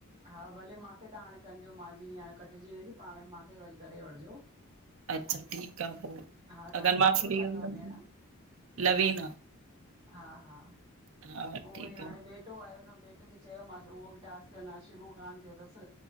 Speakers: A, on the right (about 25°); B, on the right (about 65°).
A: हा भले मांखे त हाणे कजो मुंहिंजी हाणे कटिजी वेंदी पाणइ मांखे वरी करे वठिजो
B: अच्छा ठीकु आ
A: हा
B: अगरि
A: तव्हांजो
B: मां
A: नालो
B: फ्री
A: छा
B: हूंदमि
A: अथव भेण
B: लवीना
A: हा हा
B: हा
A: उहो
B: ठीकु
A: ई हाणे
B: आ,
A: बेटो आयो न बेटे खे चयोमांस उहो बि टास्क अ‌ञा शुरू कान थियो तस